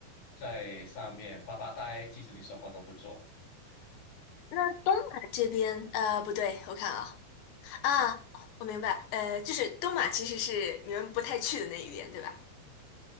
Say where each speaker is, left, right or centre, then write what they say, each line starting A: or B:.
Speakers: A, on the left; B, on the left.
A: 在上面发发呆，即使你什么都不做。
B: 那东马这边，呃，不对，我看啊，啊，我明白，呃，就是东马其实是你们不太去的那一边，对吧？